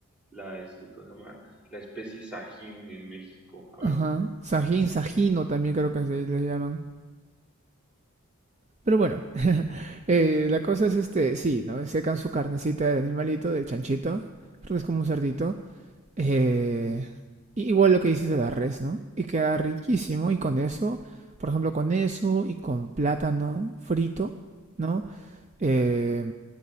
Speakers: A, in the centre; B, on the right (about 30°).
A: la, este, ¿cómo se llama? La especie Sajín en México. A
B: Ajá,
A: ver, deja.
B: sajín, sajino también creo que se le llaman. Pero bueno, Eh, la cosa es este, sí, ¿no? Secan su carnecita del animalito, del chanchito, porque es como un cerdito. eh, y igual lo que dices de la res, ¿no? Y queda riquísimo y con eso, por ejemplo, con eso y con plátano frito, ¿no? Eh,